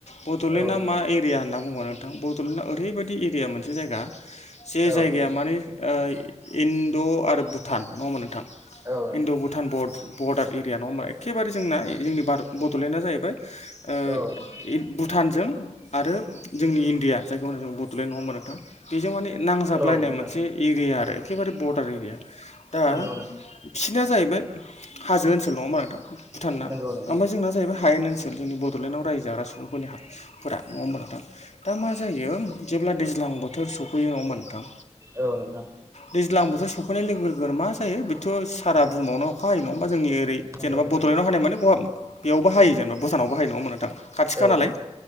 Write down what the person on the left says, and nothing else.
बड'लेण्डआ
मा एरिया होनना बुङोबा नोंथां बड'लेण्डआ ओरैबायदि एरिया मोनसे जायगा जे
जायगाया
माने ओ इण्ड' आरो भुटान नङा होमबा नोंथां?
इण्ड' भुटान बर्ड बर्डार एरिया नङा होमबा? एखेबारे जोंना ए जोंनि भार बड'लेण्डआ जाहैबाय ओ
ए भुट भुटानजों आरो जोंनि इण्डिया जायखौ जोङो होनो बड'लेण्ड नङा होमबा नोंथां? बेजों माने नांजाबलायनाय
मोनसे एरिया आरो एखेबारे बर्डार एरिया दा
बिसना जाहैबाय हाजो ओनसोल नङा होमबा नोंथां? भुटानना
ओमफ्राय जोंना जाहैबाय हायेन ओनसोल जोंनि बड'लेण्डआव रायजो जाग्रा सुबुंफोरनि हा फोरा नङा होमबा नोंथां? दा मा जायो जेब्ला दैज्लां बोथोर सौ फैयो नङा होमबा नोंथां?
दैज्लां बोथोर सफैनाय लोगो लोगोनो मा जायो बेथ' सारा बुहुमावनो अखा हायो नङा होमबा जोंनि ओरै
जेनेबा
ब'लेण्डआव हानाय माने <unintelligible> बेयावबो हायो जेनेबा भुटानावबो हायो नङा होमबा नोंथां? खाथिखा
नालाय